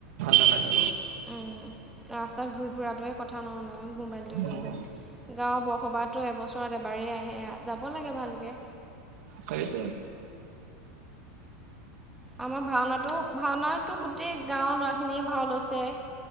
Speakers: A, on the right (about 70°); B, in the centre.
A: নালাগে ন।
B: ৰাস্তাত ঘূৰি ফুৰাটোৱে কথা নহয় নহয় মোবাইলটো
A: উম
B: লৈ লৈ। গাঁৱৰ বৰসবাহটো এবছৰত এবাৰেই আহে যাব লাগে ভালকে।
A: সেইটোয়েই।
B: আমাৰ ভাওনাটো ভাওনা গোটেই গাঁৱৰ ল'ৰাখিনিয়ে ভাও লৈছে।